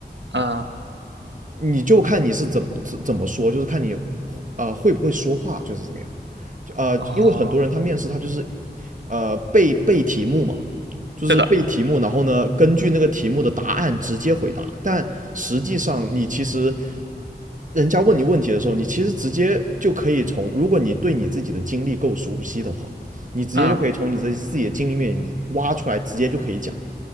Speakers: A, on the right; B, on the right.
A: 嗯
B: 你就看你是怎么怎怎么说，就是看你呃会不会说话，就是这个样。就呃，
A: 哦，
B: 因为很多人他面试他就是呃背背题目嘛，就是背题目，
A: 是的，
B: 然后呢根据那个题目的答案直接回答。但实际上你其实人家问你问题的时候，你其实直接就可以从，如果你对你自己的经历够熟悉的话，你直接就可以从你自己自己的经历面挖出来，
A: 嗯，
B: 直接就可以讲。